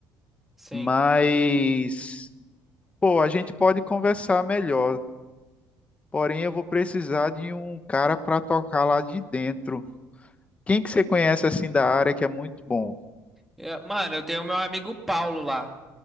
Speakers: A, in the centre; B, on the left.
A: Sim.
B: Mas, pô, a gente pode conversar melhor. Porém, eu vou precisar de um cara para tocar lá de dentro. Quem que você conhece assim da área que é muito bom?
A: Eu- mano, eu tenho meu amigo Paulo lá.